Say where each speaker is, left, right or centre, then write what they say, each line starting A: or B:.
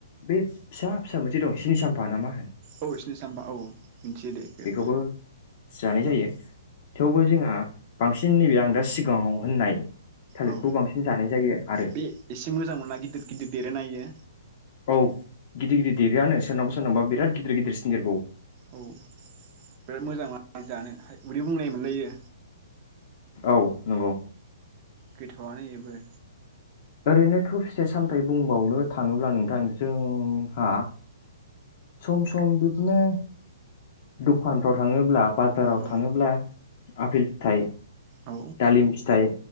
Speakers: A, on the left; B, on the right.
A: बे फिसा फिसा मोनसे दं सिनि साम्फा ना मा होन
B: औ सिनि सामबा औ औ मिथियो दे इखो
A: बेखौबो जानाय जायो थेउबो जोंहा बांसिन नैबे आं दा सिगाङाव होननाय थालिरखौ
B: औ
A: बांसिन जानाय जायो आरो
B: बे एसे मोजां मोना गिदिर गिदिर देरो ना इयो
A: औ गिदिर गिदिर देरोआनो सोरनावबा सोरनावबा बिराद गिदिर गिदिर सिन देरबावो
B: औ बिराद मोजां जानो उदै बुंनाय मोनलायो
A: औ नंगौ
B: गोथावआनो इबो
A: ओरैनो थ फिथाइ सामथाय बुंबावनो थाङोब्ला नोंथां जोंहा सम सम बिदिनो दखानफ्राव थाङोब्ला बाजाराव
B: औ
A: थाङोब्ला आफिल फिथाइ
B: औ
A: दालिम फिथाइ